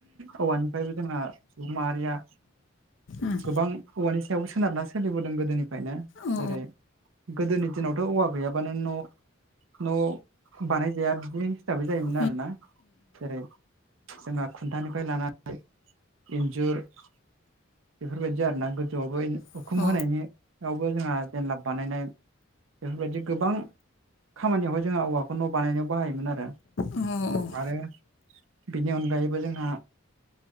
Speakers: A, on the right; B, on the left.
A: औवानिफ्रायबो जोंहा सुबुं माहारिया
B: ओम।
A: गोबां औवानि सायावबो सोनारना सोलिबोदों गोदोनिफ्रायनो
B: उम औ
A: जेरै गोदोनि दिनावथ' औवा गैयाबानो न' न' बानायजाया बिदि हिसाबै जायोमोन
B: उम
A: आरोना जेरै जोंहा खुन्थानिफ्राय लानानै इन्जुर बेफोरबायदि आरोना, गोजौआवबो
B: उम
A: उखुम
B: उम औ
A: होनायनियावबो जोंहा जेनलाब बानायनाय बेफोरबायदि गोबां खामानियावहाय जोंहा औवाखौ न' बानायनायाव बाहायोमोन आरो।
B: औ औ।
A: आरो बेनि अनगायैबो जोंहा